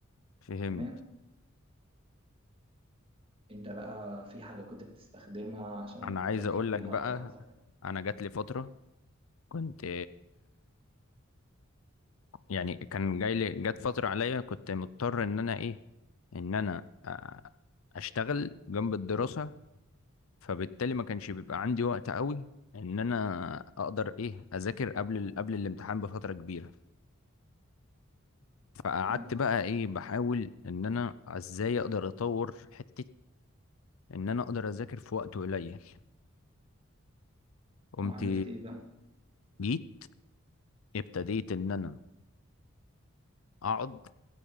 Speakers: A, on the left; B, on the right.
A: فهمت
B: تمام انت بقى في حاجه كنت بتستخدمها عشان
A: انا عايز
B: تذاكر
A: اقول
B: بيها
A: لك بقى
B: او تاخد
A: انا جات لي فترة كنت يعني كان جاي لي جت فترة عليا كنت مضطر ان انا ايه ان انا آه، اشتغل جنب الدراسة فبالتالي ما كانش بيبقى عندي وقت قوي ان انا اقدر ايه اذاكر قبل ال- قبل الامتحان بفترة كبيرة فقعدت
B: اه
A: بقى ايه بحاول ان انا ازاي اقدر اطور حتة ان انا اقدر اذاكر في وقت قليل قمت
B: وعملت ايه بقى
A: جيت ابتديت ان انا اقعد